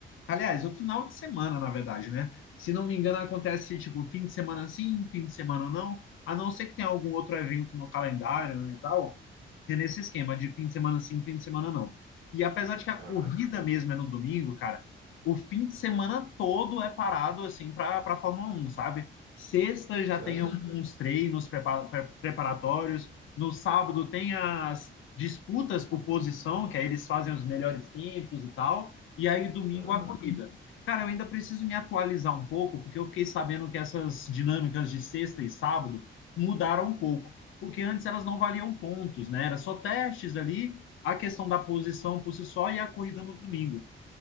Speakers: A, on the left (about 75°); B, on the right (about 65°).
A: Aliás, o final de semana, na verdade, né? Se não me engano, acontece tipo fim de semana sim, fim de semana não, a não ser que tenha algum outro evento no calendário, né, e tal. É nesse esquema de fim de semana sim, fim de semana não. E apesar de que a
B: Aham.
A: corrida mesmo é no domingo, cara, o fim de semana todo é parado assim para para Fórmula um sabe? Sexta já
B: Sério?
A: tem uns treinos prepa- pre- preparatórios. No sábado tem as disputas por posição, que aí eles fazem os melhores tempos e tal, e aí domingo
B: Aham.
A: a corrida. Cara, eu ainda preciso me atualizar um pouco, porque eu fiquei sabendo que essas dinâmicas de sexta e sábado mudaram um pouco, porque antes elas não valiam pontos, né? Era só testes ali, a questão da posição por si só e a corrida no domingo.